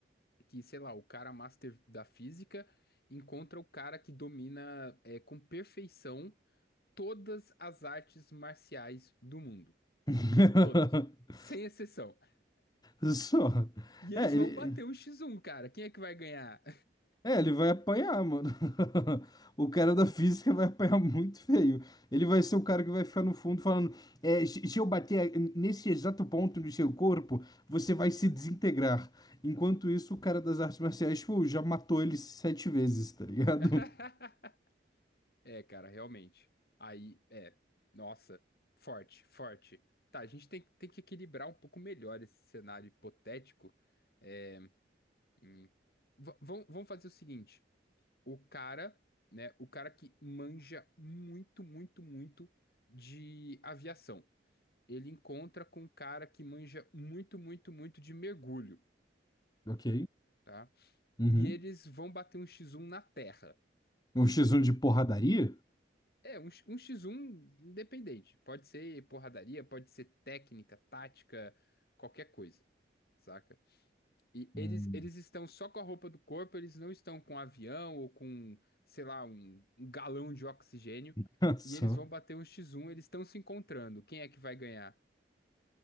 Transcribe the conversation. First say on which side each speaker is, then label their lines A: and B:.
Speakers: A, on the left (about 55°); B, on the left (about 20°).
A: que, sei lá, o cara master da física encontra o cara que domina é, com perfeição todas as artes marciais do mundo.
B: <laughs>
A: Todas. Sem exceção.
B: Só.
A: E eles
B: É,
A: vão
B: ele.
A: bater um X1, cara. Quem é que vai ganhar?
B: É, ele vai apanhar, mano. <laughs> O cara da física vai apanhar muito feio. Ele vai ser o cara que vai ficar no fundo falando: é, se se eu bater nesse exato ponto do seu corpo, você vai se desintegrar. Enquanto isso, o cara das artes marciais, tipo, já matou ele sete vezes, tá ligado?
A: <laughs>
B: <laughs>
A: É, cara, realmente. Aí, é. Nossa, forte, forte. Tá, a gente tem, que- tem que equilibrar um pouco melhor esse cenário hipotético. É, hum, v- vamos vamos fazer o seguinte. o cara, né, o cara que manja muito, muito, muito de aviação. Ele encontra com um cara que manja muito, muito, muito de mergulho,
B: Ok.
A: tá?
B: Uhum.
A: E eles vão bater um X1 na terra.
B: Um X1 de porradaria?
A: É, um, X- um X1 independente. Pode ser porradaria, pode ser técnica, tática, qualquer coisa, saca? E eles,
B: Hum.
A: eles estão só com a roupa do corpo, eles não estão com avião ou com, sei lá, um, um galão de oxigênio.
B: <laughs> Só.
A: E eles vão bater um X1, eles estão se encontrando. Quem é que vai ganhar?